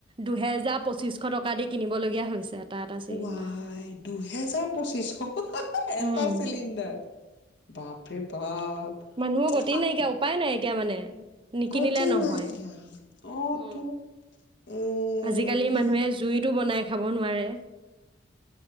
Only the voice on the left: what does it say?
আই দুহেজাৰ পঁচিছশ এটা
চিলিণ্ডাৰ বাপ বাপ ৰে বাপ
সখন
গতি
নাইকিয়া অ
তো এ
কি